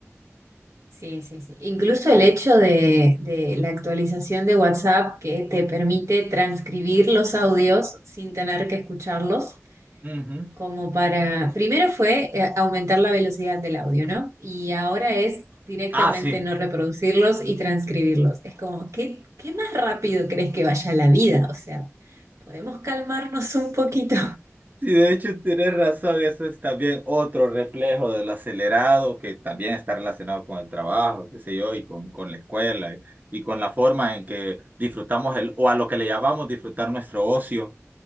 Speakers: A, on the right; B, on the right.
A: sí, sí. sí. Incluso el hecho de, de la actualización de WhatsApp que te permite transcribir los audios sin tener que escucharlos,
B: Ujú.
A: como para, primero fue eh, aumentar la velocidad del audio, ¿no? Y ahora es directamente
B: Ah, sí.
A: no reproducirlos y transcribirlos. Es como, ¿qué, qué más rápido crees que vaya la vida? O sea, podemos calmarnos un poquito.
B: Sí, de hecho tienes razón, eso es también otro reflejo del acelerado que también está relacionado con el trabajo, qué sé yo, y con, con la escuela y, y con la forma en que disfrutamos el, o a lo que le llamamos disfrutar nuestro ocio